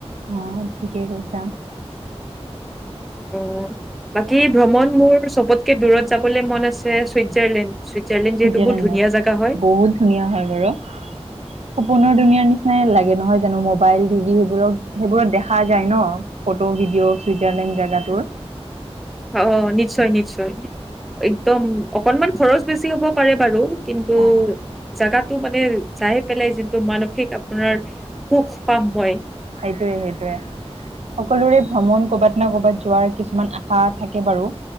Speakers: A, on the right (about 80°); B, in the centre.
A: অঁ ঠিকেই কৈছা
B: অ বাকী ভ্ৰমণ মোৰ চবতকে দূৰত যাবলৈ মন আছে চুইজাৰলেণ্ড চুইজাৰলেণ্ড যিহেতু
A: চুইজাৰলেণ্ডৰ
B: বহুত ধুনীয়া জেগা হয়
A: বহুত ধুনীয়া হয় বাৰু সপোনৰ দুনীয়া নিচিনাই লাগে নহয় জানো মোবাইল টিভি সেইবোৰক সেইবোৰত দেখা যায় ন ফটো ভিডিঅ' চুইজাৰলেণ্ড জাগাতোৰ
B: অ নিশ্চয় নিশ্চয় একদম অকনমান খৰচ বেছি হ'ব পাৰে বাৰু কিন্তু
A: অ',
B: জাগাত টো মানে যাই পেলাই যিটো মানসিক আপোনাৰ সুখ পাম হয়ই
A: সেইটোয়ে সেইটোয়ে সকলোৰে ভ্ৰমণ কৰবাত ন কৰ'বাত যোৱাৰ কিছুমান আশা থাকে বাৰু